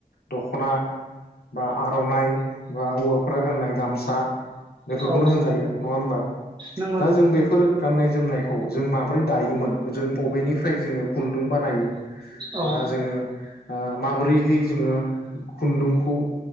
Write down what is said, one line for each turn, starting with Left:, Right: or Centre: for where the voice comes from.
Left: दखना बा आर'नाइ बा हौवाफ्रा गाननाय गामसा बेफोरखौनो
Right: औ
Left: होनजायो नङा होमबा
Right: नंगौ
Left: दा
Right: नोंथां
Left: जों
Right: नंगौ
Left: बेफोर गाननाय जोमनायखौ जों माबोरै दायोमोन जों बबेनिफ्राय जोङो खुन्दुं बानायो ‌
Right: औ
Left: बा जोङो ओ माबोरैहै जोङो खुन्दुंखौ